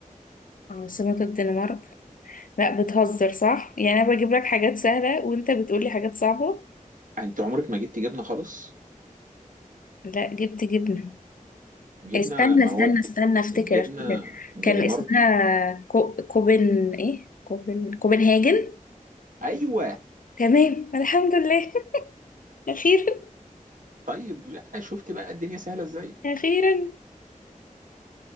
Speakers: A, on the left; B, on the right.
A: عاصمة الدنمارك لا بتهزر صح يعني انا بجيب لك حاجات سهلة وانت بتقولي حاجات صعبة
B: انت عمرك ما جبت جبنه خالص
A: لا جبت جبنة
B: جبنه
A: استنى
B: مواد
A: استنى استنى افتكر
B: الجبنه
A: افتكر
B: دنمارك
A: كان اسمها كو... كوبن ايه كوبن كوبنهاجن
B: ايوه
A: تمام الحمد لله <laughs> اخيرا
B: طيب لا شفت بقى الدنيا سهله ازاي
A: اخيرا